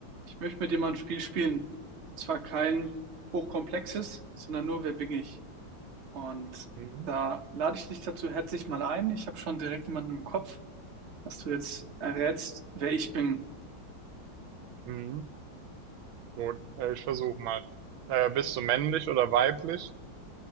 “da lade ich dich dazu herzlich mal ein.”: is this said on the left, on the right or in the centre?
Right